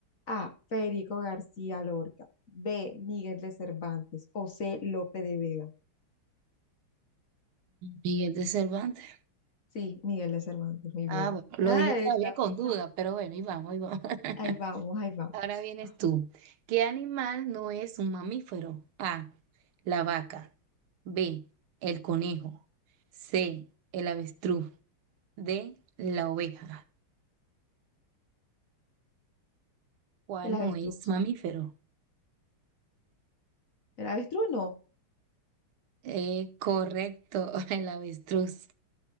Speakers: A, on the left (about 45°); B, on the right (about 80°).
A: A. Federico García Lorca. B. Miguel de Cervantes. O C. Lope de Vega.
B: Miguel de Cervantes.
A: Sí, Miguel de Cervantes, muy
B: Ah,
A: bien.
B: bueno, lo
A: Ah,
B: dije todavía
A: está
B: con duda,
A: uno.
B: pero bueno, y vamos, y vamos. <laughs>
A: Ahí vamos, ahí vamos.
B: Ahora vienes
A: Ah,
B: tú. ¿Qué animal no es un mamífero? A, la vaca. B, el conejo. C, el avestruz. D, la oveja. ¿Cuál
A: el avestruz.
B: no es mamífero?
A: El avestruz no,
B: Eh, correcto, <laughs> el avestruz.